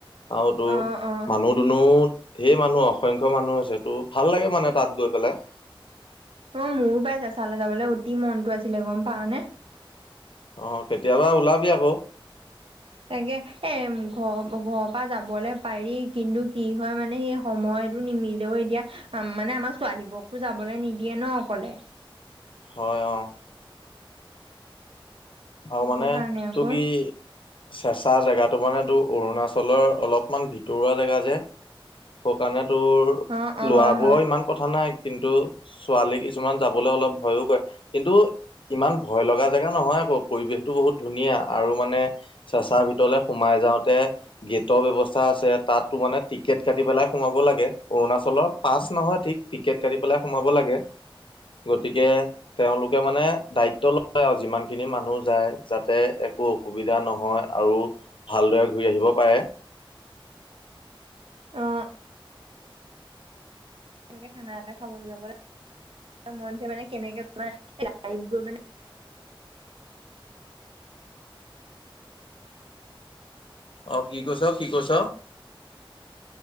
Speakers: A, on the left; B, on the right.
A: আওটো।
B: অ', অ',
A: মানুহ দুনো ঢেই মানুহ অসংখ্য মানুহ আছে তো ভাল লাগে মানে তাত গৈ পেলাই।
B: অঁ মোৰো পাই চেঁচা লে যাবলৈ অতি মনটো আছিলে গম পাও নে?
A: অঁ কেতিয়াবা ওলাবি আকৌ।
B: তাকে এ ঘৰ ঘৰৰ পা যাবলে পাৰি কিন্তু কি হয় মানে সেই- সময়টো নিমিলেও এতিয়া মানে আমাক ছোৱালীবোৰকতো যাবলৈ নিদিয়ে ন অকলে।
A: হয় অঁ-
B: সেইটো
A: আৰু মানে
B: কাৰণে আকৌ
A: তো কি- চেঁচা জেগাটো মানেটো অৰুণাচলৰ অলপমান ভিতৰুৱা জেগা যে। স' কাণে তোৰ
B: অ অ
A: লোৱা
B: হয়
A: বোৰৰ
B: হয়
A: ইমান কথা নাই কিন্তু- ছোৱালী কিছুমান যাবলৈ অলপ ভয়ো কৰে কিন্তু, ইমান ভয় লগা জেগা নহয় আকৌ। পৰিৱেশটো বহুত ধুনীয়া আৰু মানে চেচা ভিতৰলে সোমাই যাওঁতে- গেট ব্যৱস্থা আছে তাততো মানে টিকট কাটি পেলাই সোমাব লাগে, অৰুণাচলৰ পাছ নহয় ঠিক- টিকেট কাটি পেলাই সোমাব লাগে। গতিকে, তেওঁলোকে মানে দায়িত্ব লয় আও যিমান খিনি মানুহ- যায় যাতে একো অসুবিধা নহয় আৰু ভালদৰে ঘূৰি আহিব পাৰে।
B: অ সেনেকে খানা এটা খাবলৈ যাব মন যায় মানে কেনেকে বনাই লাইফ গৈ মানে
A: অ' কি কৈছ কি কৈছ?